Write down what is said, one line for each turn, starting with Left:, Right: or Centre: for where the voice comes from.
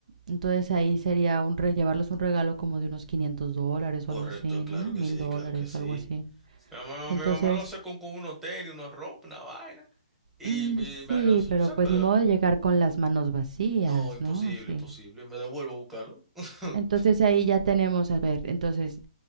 Right: entonces ahí sería un re- llevarles un regalo como de unos quinientos dólares
Centre: Correcto,
Right: o algo así,
Centre: claro
Right: ¿no? mil
Centre: que sí,
Right: dólares,
Centre: claro que sí.
Right: algo así.
Centre: Mi mamá,
Right: Entonces,
Centre: mi mamá lo hace con, con unos tenis, unos ropa, una vaina. Y
Right: mm,
Centre: mi hermano
Right: sí,
Centre: es un
Right: pero
Centre: saco
Right: pues
Centre: de...
Right: ni modo de llegar con las manos vacías,
Centre: No, imposible,
Right: ¿no? Así.
Centre: imposible. Me devuelvo a buscarlo. <laughs>
Right: Entonces ahí ya tenemos, a ver, entonces